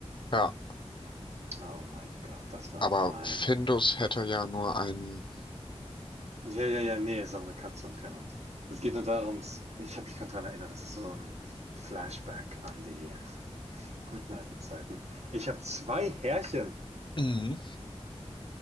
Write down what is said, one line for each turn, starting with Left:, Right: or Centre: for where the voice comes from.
Left: Ja,
Right: Oh mein Gott, das war
Left: aber
Right: mein
Left: Findus hätte ja nur einen.
Right: Ja, ja, ja, nee ist auch eine Katze und kein Hund. Es geht nur darum s ich habe mich gerade dran erinnert, das ist so ein Flashback an die guten alten Zeiten. Ich habe zwei Härchen.
Left: Mhm.